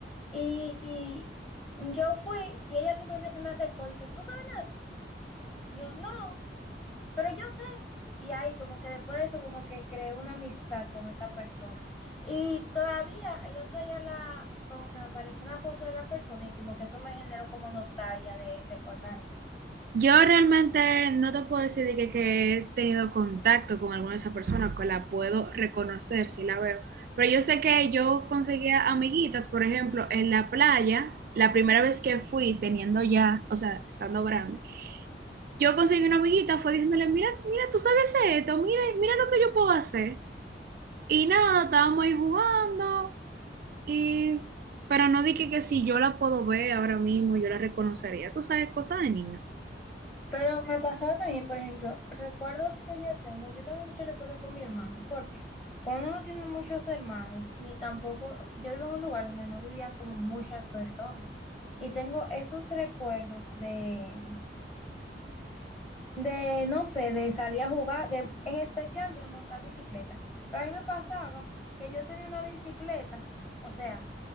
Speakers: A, on the left; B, on the right.
A: y, y yo fui y ella simplemente se me acercó y que, ¿tú sabes nada? Yo no. Pero yo sé, y ahí como que después de eso como que creé una amistad con esa persona. Y todavía el otro día la, como que me apareció una foto de la persona y como que eso me generó como nostalgia de recordar eso.
B: Yo realmente no te puedo decir de que, que he tenido contacto con alguna de esas personas, que la puedo reconocer si la veo, pero yo sé que yo conseguía amiguitas, por ejemplo, en la playa, la primera vez que fui teniendo ya, o sea, estando grande, yo conseguí una amiguita, fue diciéndole, mira, mira, tú sabes esto, mira, mira lo que yo puedo hacer. Y nada, estábamos ahí jugando. Y, pero no dije que si yo la puedo ver ahora mismo, yo la reconocería. Tú sabes, cosas de niño.
A: Pero me pasaba también, por ejemplo, recuerdos que yo tengo. Yo tengo muchos recuerdos con mi hermano, porque cuando uno tiene muchos hermanos, ni tampoco, yo vivo en un lugar donde no vivían como muchas personas. Y tengo esos recuerdos de, de, no sé, de salir a jugar, de, en especial de montar bicicleta. Pero a mí me pasaba que yo tenía una bicicleta, o sea,